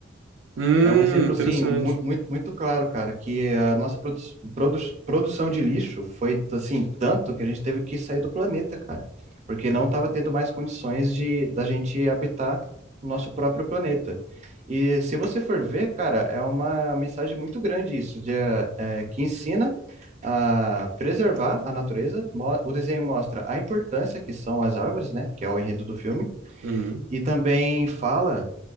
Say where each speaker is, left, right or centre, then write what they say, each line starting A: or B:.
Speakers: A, on the right; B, on the right.
A: Hum,
B: É um exemplo
A: interessante.
B: assim mu- muito muito claro, cara, que a nossa produ produ produção de lixo foi assim tanto que a gente teve que sair do planeta, cara, porque não estava tendo mais condições de da gente habitar o nosso próprio planeta. E se você for ver, cara, é uma mensagem muito grande isso, de, eh, que ensina a preservar a natureza. Mo- O desenho mostra a importância que são as árvores, né, que é o enredo do filme,
A: Uhum.
B: e também fala